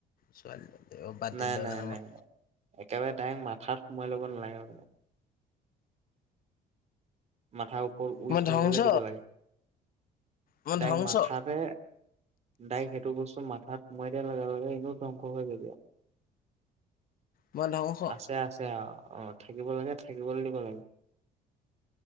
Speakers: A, on the left; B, on the right.
A: ছোৱালীজনী বাদ দিলো
B: নাই
A: সেইকাৰণে
B: নাই নাই
A: মই।
B: নাই একেবাৰে তাইক মাথাত সোমাই লব নালাগে আগতে। মাথা ও স উই
A: মই
B: থুিবলৈ
A: ধ্বংস
B: দিব লাগে,
A: মই
B: তাইক
A: ধ্বংস
B: মাথতে দাইক সেইটো বস্তু মাথাত সোমাই দিয়া লগা লগে এনেও ধ্বংস হৈ যাবি আৰু।
A: মই ধ্বংস
B: আছে আছে আৰু। অ, থাকিব লাগে থাকিবলৈ দিব লাগে্